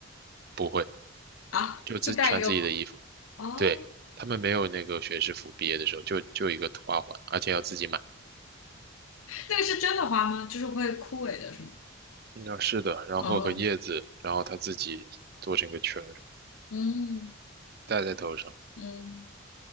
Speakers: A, on the right; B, on the left.
A: 不会，
B: 啊，
A: 就自穿自己的衣服。
B: 就戴一个花。哦，
A: 对，他们没有那个学士服，毕业的时候就就一个花环，而且要自己买。
B: 那个是真的花吗？就是会枯萎的是吗？
A: 嗯，是的，然后和叶子，
B: 哦，
A: 然后他自己做成一个圈儿。
B: 嗯
A: 戴在头上。
B: 嗯。